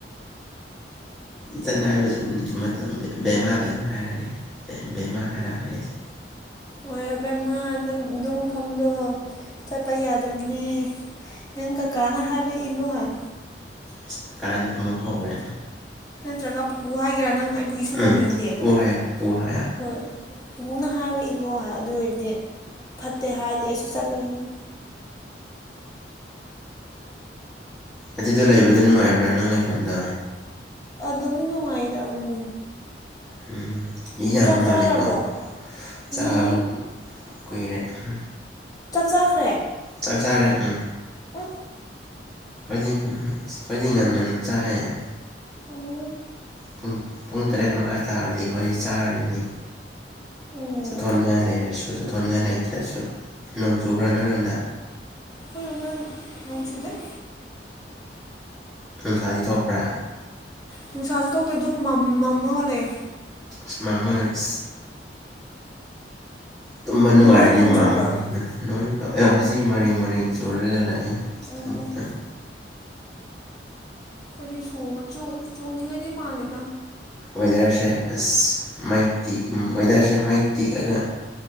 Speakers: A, in the centre; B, on the left.
A: ꯏꯆꯟ ꯍꯥꯏꯕꯁꯤ ꯎꯝ ꯃꯇꯝ ꯕꯦꯃꯥ ꯕꯦꯃꯥ ꯍꯥꯏꯔꯛꯑꯒꯦ ꯕꯦꯃꯥ ꯍꯥꯏꯔꯛꯑꯒꯦ ꯁ‌ꯦ
B: ꯍꯣꯏ ꯑꯕꯦꯝꯃ ꯑꯗꯨ ꯗꯨꯝ ꯐꯝꯗꯣꯛꯑ‌ꯣ ꯆꯠꯄ ꯌꯥꯗꯕꯅꯦ ꯅꯪ ꯀꯀꯥꯅ ꯍꯥꯏꯕ ꯏꯜꯂꯨ ꯍꯥꯏ
A: ꯏꯁ ꯀꯀꯥꯅ ꯑꯃꯨꯛ ꯍꯧꯔꯦ
B: ꯅꯠꯇ꯭ꯔꯒ ꯄꯨꯄꯨ ꯍꯥꯏꯒꯦꯔꯥ ꯅꯪ ꯑꯩꯕꯨ ꯏꯁꯨ
A: ꯎꯝ
B: ꯀꯧꯅꯤꯡꯗꯦ
A: ꯄꯨꯄꯨ ꯍꯥꯏꯌꯣ ꯄꯨꯄꯨ ꯍꯥꯏꯌꯣ
B: ꯍꯣꯏ ꯄꯨꯕꯨꯅ ꯍꯥꯏꯕ ꯏꯜꯂꯣ ꯑꯗꯨꯑ‌ꯣꯏꯗꯤ ꯐꯠꯇꯦ ꯍꯥꯏꯔꯗꯤ ꯑꯩꯁꯨ ꯆꯠꯂꯣꯏꯅ‌ꯦ
A: ꯑꯗꯨꯗ ꯂꯩꯕꯗꯣ ꯅꯨꯡꯉꯥꯏꯕ꯭ꯔꯥ ꯅꯪ ꯂꯩꯐꯝꯗꯣ
B: ꯑꯗꯨꯝ ꯅꯨꯡꯉꯥꯏꯗ ꯎꯝ
A: ꯎꯝ ꯃꯤ ꯌꯥꯝꯕ
B: ꯆꯥꯛ
A: ꯃꯥꯜꯂꯦꯀꯣ
B: ꯆꯥꯔꯕ꯭ꯔꯣ
A: ꯆꯥꯕꯨ
B: ꯃꯤ
A: ꯀꯨꯏꯔꯦ ꯎꯝ
B: ꯆꯥꯛ ꯆꯥꯈ꯭ꯔꯦ
A: ꯆꯥꯛ ꯆꯥꯔꯦ ꯎꯝ
B: ꯎꯝ
A: ꯈꯣꯏꯗꯤꯡ ꯀꯣꯏꯗꯤꯡ ꯉꯥꯟ ꯉꯟꯅ ꯆꯥꯏꯌ‌ꯦ
B: ꯎꯝ
A: ꯄꯨꯡ ꯄꯨꯡ ꯇꯔꯦꯠ ꯃꯈꯥꯏ ꯇꯥꯔꯗꯤ ꯑꯩꯈꯣꯏ ꯆꯥꯔꯅꯤ
B: ꯎꯝ
A: ꯆꯠꯊꯣꯛꯅꯤꯡꯉꯥꯏ ꯂꯩꯔꯁꯨ ꯆꯠꯊꯣꯛꯅꯤꯡꯉꯥꯏ ꯂꯩꯇ꯭ꯔꯁꯨ ꯅꯣꯡ ꯆꯨꯕ꯭ꯔꯥ ꯅꯣꯏꯔꯣꯝꯗ
B: ꯍꯣꯏꯣ ꯅꯣꯡ ꯆꯨꯗ‌ꯦ
A: ꯅꯨꯡꯁꯥꯗꯤ ꯊꯣꯛꯄ꯭ꯔꯥ
B: ꯅꯨꯡꯁꯥꯁꯨ ꯊ‌ꯣꯛꯗꯦ ꯑꯗꯨꯝ ꯃꯝ ꯃꯝꯂꯒꯂꯩꯌ‌ꯦ
A: ꯑꯁ ꯃꯝꯃꯒ ꯏꯁ ꯇꯨꯝꯕ ꯅꯨꯡꯉꯥꯏꯔꯅꯤ
B: ꯅꯈꯣꯏꯗꯤ ꯅꯣꯡ
A: ꯃꯝꯃꯒ
B: ꯆꯨꯕ꯭ꯔꯣ
A: ꯂꯩꯕꯅ ꯅꯣꯏ ꯍꯧꯖꯤꯛ ꯃꯔꯡ ꯃꯔꯡ ꯆꯣꯔꯒ ꯂꯥꯛꯦ ꯈꯤꯇꯪ
B: ꯎꯝ ꯎꯝ
A: ꯈꯤꯇꯪ
B: <unintelligible> ꯁꯨ ꯆꯨꯅꯤꯡꯉꯥꯏꯗꯤ ꯃꯥꯜꯂꯦꯗ
A: ꯋꯦꯗꯔꯁꯦ ꯑꯁ ꯃꯥꯏ ꯇꯤꯛ ꯋꯦꯗꯔꯁꯦ ꯃꯥꯏ ꯇꯤꯛꯑꯒ